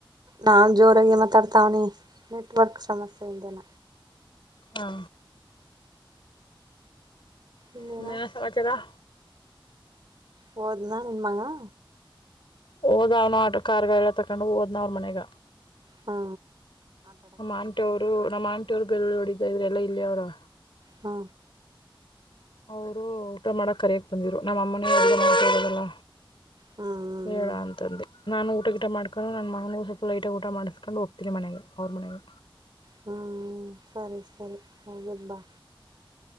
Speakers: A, on the right; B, on the left.
A: ನಾನ್ ಜೋರಾಗಿ ಮಾತಾಡ್ತಾವನಿ ನೆಟ್ವರ್ಕ್ ಸಮಸ್ಯೆೆಯಿಂದನ.
B: ಹಾ.
A: ಇನ್ನೇನ
B: ಇನ್ನೇನು ಸಮಾಚಾರಾ.
A: ಹೋದ್ನಾ ನಿನ್ಮಗಾ.
B: ಓದಾ ಅವ್ನು ಆಟೋ ಕಾರ್ ಗಾ ಎಲ್ಲಾ ತಕೊಂಡು ಓದ್ನಾವ್ರ ಮನೆಗ.
A: ಹಾ.
B: ನಮ್ಮ ಆಂಟಿವ್ರು ನಮ್ಮ್ ಆಂಟಿವ್ರು ಬೆಳ್ಳುಳ್ಳಿ ಓಡಿತಿದರೆ ಎಲ್ಲಾ ಇಲ್ಲೇ ಅವರೆ.
A: ಹಾ.
B: ಅವರು ಊಟಾ ಮಾಡಕ್ಕ ಕರೆಯಕ್ಕ ಬಂದಿರು ನಮ್ಮ ಅಮ್ಮನಿವ್ರರಿಗೆ ನಾವು ಕೇಳೋದಲ್ಲ.
A: ಹ್ಮ್
B: ಬೇಡಾ
A: ಹ್ಮ್
B: ಅಂತಂದೆ. ನಾನು ಊಟ ಗೀಟ ಮಾಡ್ಕೊಂಡು ನನ್ನ ಮಗನಗೂ ಸ್ವಲ್ಪ ಲೈಟಾಗಿ ಊಟ ಮಾಡಿಸ್ಕೊಂಡು ಹೋಗ್ತೀನಿ ಮನೆಗೆ ಅವ್ರ ಮನೆಗೆ.
A: ಹ್ಮ್ ಸರಿ ಸರಿ ಹೋಗ್ ಬಿಟ್ ಬಾ.